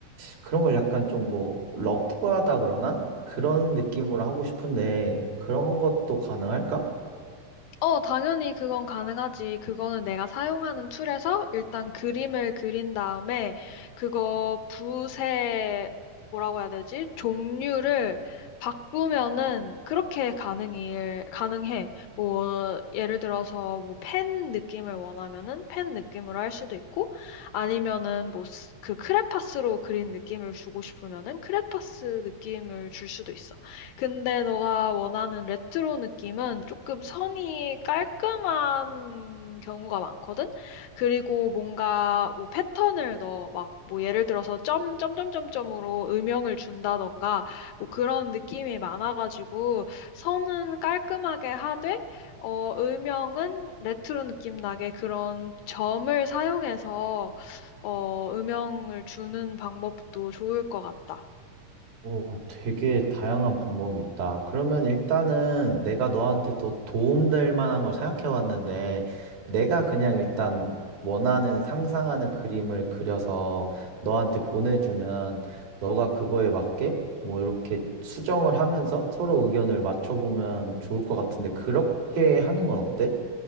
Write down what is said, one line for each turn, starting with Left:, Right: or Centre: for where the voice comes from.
Right: 그런 걸 약간 좀 뭐, 러프하다 그러나? 그런 느낌으로 하고 싶은데, 그런 것도 가능할까?
Left: 어, 당연히 그건 가능하지. 그거는 내가 사용하는 툴에서 일단 그림을 그린 다음에 그거 붓의 뭐라고 해야 되지? 종류를 바꾸면은 그렇게 가능일, 가능해. 뭐, 예를 들어서 뭐 펜 느낌을 원하면은 펜 느낌으로 할 수도 있고 아니면은 뭐 그 크레파스로 그린 느낌을 주고 싶으면은 크레파스 느낌을 줄 수도 있어. 근데 너가 원하는 레트로 느낌은 조금 선이 깔끔한 경우가 많거든? 그리고 뭔가 뭐 패턴을 넣어. 막 뭐 예를 들어서 점, 점, 점, 점, 점으로 음영을 준다던가 뭐 그런 느낌이 많아가지고 선은 깔끔하게 하되, 어, 음영은 레트로 느낌 나게 그런 점을 사용해서 어, 음영을 주는 방법도 좋을 것 같다.
Right: 오, 되게 다양한 방법이 있다. 그러면 일단은 내가 너한테 더 도움될 만한 걸 생각해 왔는데, 내가 그냥 일단 원하는 상상하는 그림을 그려서 너한테 보내주면, 너가 그거에 맞게 뭐 이렇게 수정을 하면서 서로 의견을 맞춰보면 좋을 것 같은데, 그렇게 하는 건 어때?